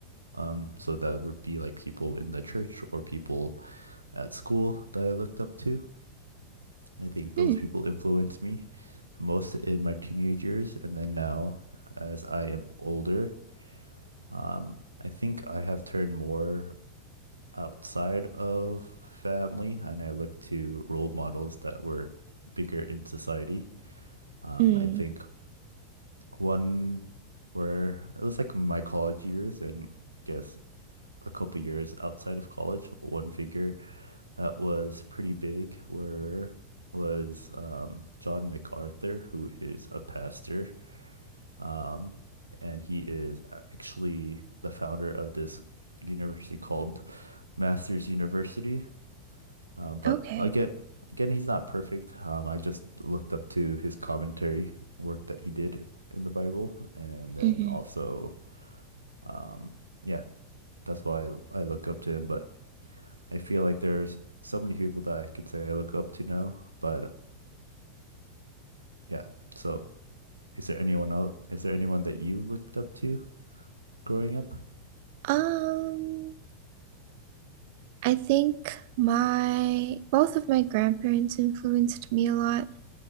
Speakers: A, on the right; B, on the right.
A: Um, so that would be like people in the church or people at school that I looked up to. I think
B: Hmm.
A: those people influenced me the most in my teenage years. And then now, as I am older, um, I think I have turned more outside of family and I look to role models that were bigger in society. Um,
B: Mm,
A: I think one where it was like my college years and I guess a couple years outside of college, one figure that was pretty big were was um, John MacArthur, who is a pastor, um, and he is actually the founder of this university called Masters University. Uh, but
B: okay.
A: again, again, he's not perfect. Um, I just looked up to his commentary work that he did in the Bible, and then
B: hmm
A: also, um, yeah, that's why I, I look up to him. But I feel like there's so many people that I could say I look up to now, but yeah. So, is there anyone else? Is there anyone that you looked up to growing up?
B: Um, I think my both of my grandparents influenced me a lot.